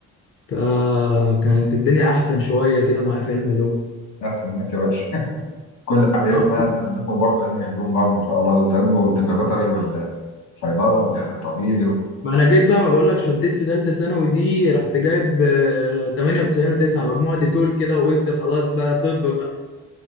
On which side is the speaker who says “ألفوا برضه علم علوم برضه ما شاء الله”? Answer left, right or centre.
Left